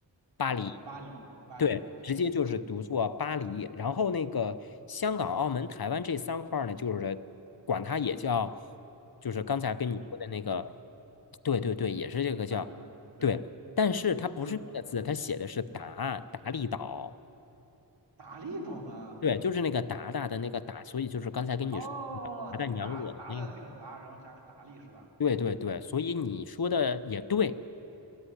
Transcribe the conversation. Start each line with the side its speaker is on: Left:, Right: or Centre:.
Left: 巴黎，
Right: 哦，巴黎巴黎，OK，
Left: 对，直接就是读作巴黎。
Right: 嗯，
Left: 然后那个香港、澳门、台湾这三块儿呢，就是管它也叫，就是刚才跟你说的那个，
Right: 巴黎
Left: 对对对，也是这个叫，
Right: 巴黎嘛，对，
Left: 对，但是它不是这个字，
Right: 没有
Left: 它写的是达达利岛，
Right: 达利岛吗？
Left: 对，就是那个达达的那个达，所以就是刚才跟你说的那个达达娘惹的那个，
Right: 哦，达达的那个达，然后加个达利是吧？
Left: 对对对，所以你说的也对，